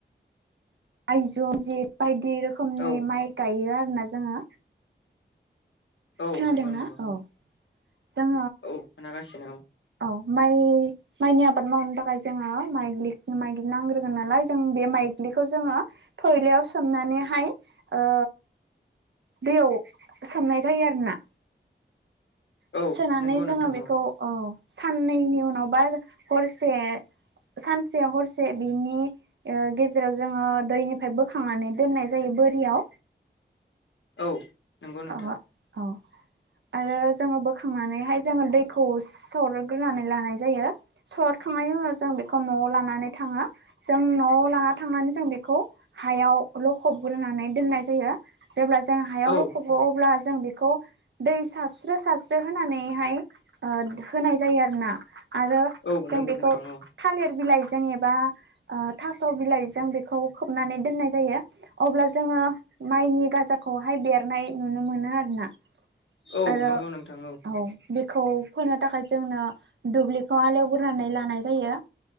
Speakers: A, on the right; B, on the left.
A: आइजौ जि बायदि रोखोमनि
B: औ
A: माइ गायो आरोना जोङो
B: औ
A: खोनादोंना
B: नंगौ नंगौ
A: औ जों
B: औ खोनागासिनो औ
A: औ माइ माइनि आबाद मावनो थाखाय जोङो माइ माइज्लि नांग्रोगोन नालाय जों बे माइ ज्लिखौ जोङो थयलायाव सोमनानै हाय ओ दैयाव सोमनाय जायो आरोना
B: औ
A: सोनानै
B: औ नंगौ
A: जोङो
B: नोंथां
A: बेखौ औ साननैनि उनाव बा हरसे सानसे हरसे बिनि ओ गेजेराव जोङो दैनिफ्राय बोखांनानै दोननाय जायो बोरियाव
B: औ नंगौ नोंथां
A: अ औ आरो जोङो बोखांनानैहाय जोङो दैखौ सरग्रोनानै लानाय जायो सरखांनाय उनाव जों बेखौ न' लानानै थाङो जों न' लानानै थांनानै जों बेखौ हायाव लखबग्रोनानै दोननाय जायो जेब्ला जों हायाव
B: औ
A: लख बो अब्ला जों बेखौ दै सारस्रो सारस्रो होनानैहाय होनाय जायो आरो ना आरो
B: औ
A: जों
B: नंगौ
A: बेखौ
B: नोंथां औ
A: थालिर बिलाइजों जों एबा ओ थास' बिलाइजों बेखौ खोबनानै दोननाय जायो अब्ला जोङो माइनि गाजाखौहाय बेरनाय नुनो मोनो आरो ना
B: औ
A: आरो
B: नंगौ नोंथां
A: औ बे खौ फोनो थाखाय जोंनो दुब्लिखौ हाल एवग्रोनानै लानाय जायो